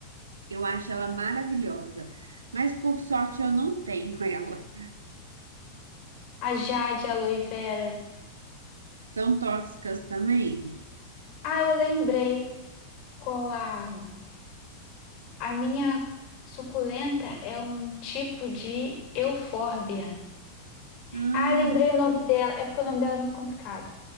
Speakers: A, on the right (about 70°); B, on the left (about 40°).
A: Eu acho ela maravilhosa, mas por sorte eu não tenho <laughs> ela.
B: A jade, a aloe vera.
A: São tóxicas também?
B: Ah, eu lembrei qual a a minha suculenta é um tipo de eufórbia.
A: Ah,
B: Ah, lembrei o nome dela, é porque o nome dela é muito complicado.